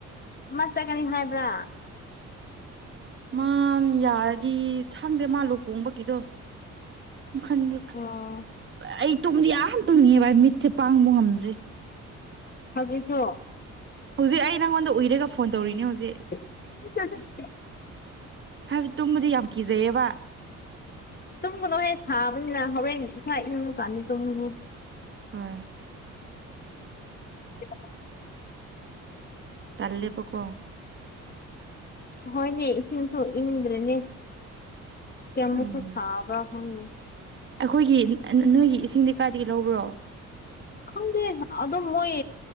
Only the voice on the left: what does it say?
ꯃꯥ ꯆꯠꯀꯅꯤ ꯍꯥꯏꯕ꯭ꯔꯥ
ꯑꯣ
ꯍꯧꯖꯤꯛꯁꯨ
<unintelligible>
ꯇꯨꯝꯒꯅꯨꯍꯦ ꯁꯥꯕꯅꯤꯅ ꯍꯣꯔꯦꯟ ꯈꯔ ꯏꯪꯉꯥ ꯀꯥꯟꯗ ꯇꯨꯝ <unintelligible>
<unintelligible>
ꯍꯣꯏꯅꯦ ꯏꯁꯤꯡꯁꯨ ꯏꯪꯗ꯭ꯔꯦꯅꯦ ꯀꯌꯥꯃꯨꯛ
<unintelligible> ꯁꯥꯕꯔꯥ ꯈꯪꯗ‌ꯦ
ꯈꯪꯗꯦ ꯑꯗꯨꯝ ꯃꯣꯏ